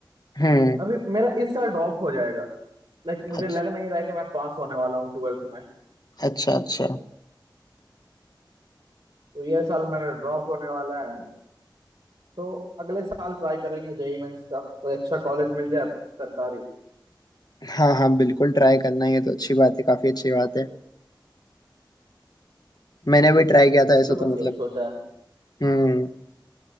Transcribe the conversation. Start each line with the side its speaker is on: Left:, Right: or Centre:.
Left: हम्म
Right: अभी मेरा इस साल ड्रॉप हो जाएगा लाइक मुझे
Left: अच्छा
Right: लग नहीं रहा है कि मैं पास होने वाला हूँ ट्वेल्थ में
Left: अच्छा अच्छा
Right: तो ये साल मेरा ड्रॉप होने वाला है तो अगले साल ट्राई करेंगे जेई मेंस का कोई अच्छा कॉलेज मिल जाए सरकारी
Left: हाँ हाँ बिल्कुल ट्राई करना ये तो अच्छी बात है काफी अच्छी बात है मैंने भी ट्राई किया
Right: अभी
Left: था ऐसा
Right: तो
Left: तो
Right: बस
Left: मतलब
Right: यही सोचा है
Left: हम्म